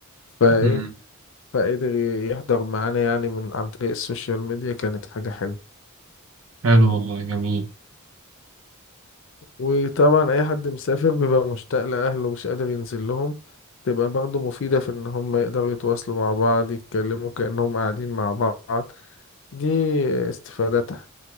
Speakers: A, on the left; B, on the right.
A: فإيه
B: مم.
A: فقدر يحضر معانا يعني من عن طريق السوشيال ميديا كانت حاجة حلوة
B: حلو والله جميل
A: وطبعا أي حد مسافر بيبقى مشتاق لأهله ومش قادر ينزل لهم تبقى برضه مفيدة في إن هم يقدروا يتواصلوا مع بعض يتكلموا كأنهم قاعدين مع بعض دي استفادتها